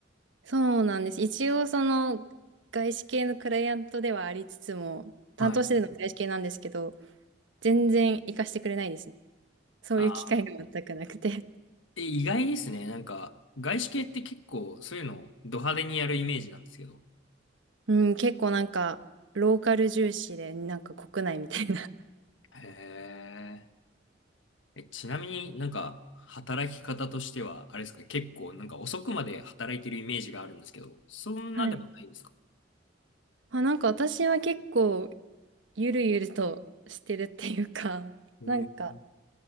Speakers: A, on the right; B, on the left.
A: そうなんです。一応その外資系のクライアントではありつつも、担当してるのは外資系なんですけど、
B: はい。
A: 全然行かしてくれないですね。そういう機会が全くなくて。
B: ああ、で、意外ですね。なんか、外資系って結構そういうのをド派手にやるイメージなんですけど。
A: <laughs> うん、結構なんかローカル重視で、なんか国内みたいな。
B: へえ。え、ちなみになんか、働き方としては、あれですか、結構なんか遅くまで働いてるイメージがあるんですけど、そんなでもないんですか
A: はい。あ、なんか私は結構ゆるゆるとしてるっていうか、<laughs>
B: へえ
A: なんか、